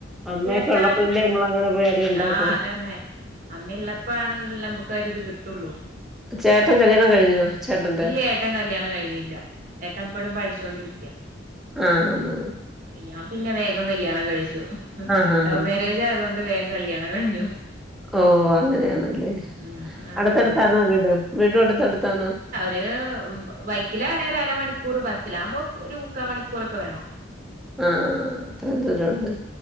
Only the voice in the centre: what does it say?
അമ്മയൊക്കെ
ഉള്ളപ്പോഴല്ലേ നമ്മളങ്ങനെ പോയി അടി ഉണ്ടാക്കൂ
ചേട്ടൻ കല്യാണം കഴിഞ്ഞോ ചേട്ടന്റെ
ആഹാ
ആഹ് ആഹ്
ആഹ്
ആഹ്
ഓഹ് അങ്ങനെയാണല്ലേ
അടുത്തടുത്താണോ
വീട് വീടും അടുത്തടുത്താണോ
ആഹാ അത്രയും
ദൂരംണ്ട്